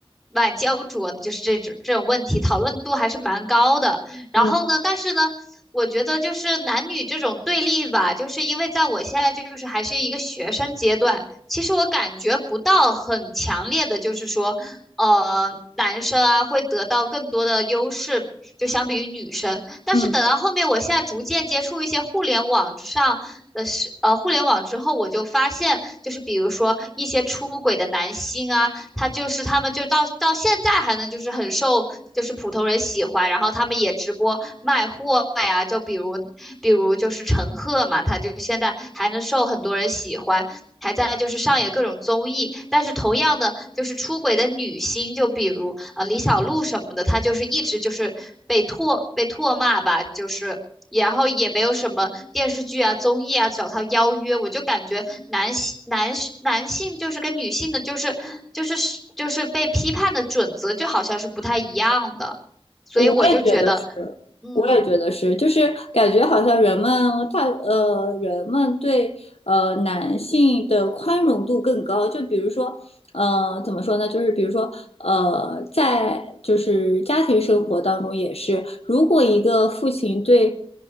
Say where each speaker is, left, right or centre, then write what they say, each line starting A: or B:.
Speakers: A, in the centre; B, on the left (about 80°).
A: 蛮焦灼的，就是这种这种问题讨论度还是蛮高的。然后呢，
B: 嗯
A: 但是呢。我觉得就是男女这种对立吧，就是因为在我现在就是还是一个学生阶段，其实我感觉不到很强烈的，就是说，呃，男生啊会得到更多的优势，就相比于女生。但是等到后面，
B: 嗯。
A: 我现在逐渐接触一些互联网之上的是，呃，互联网之后，我就发现，就是比如说一些出轨的男星啊，他就是他们就到到现在还能就是很受就是普通人喜欢，然后他们也直播卖货呀，就比如比如就是陈赫嘛，他就现在还能受很多人喜欢。还在就是上演各种综艺，但是同样的就是出轨的女星，就比如呃李小璐什么的，她就是一直就是被唾被唾骂吧，就是然后也没有什么电视剧啊、综艺啊找他邀约，我就感觉男性、男男性就是跟女性的，就是就是就是被批判的准则，就好像是不太一样的，所以我就觉得，
B: 我也觉得是，
A: 嗯，
B: 我也觉得是，就是感觉好像人们大呃人们对呃男性的宽容度更高，就比如说呃怎么说呢，就是比如说呃在就是家庭生活当中也是，如果一个父亲对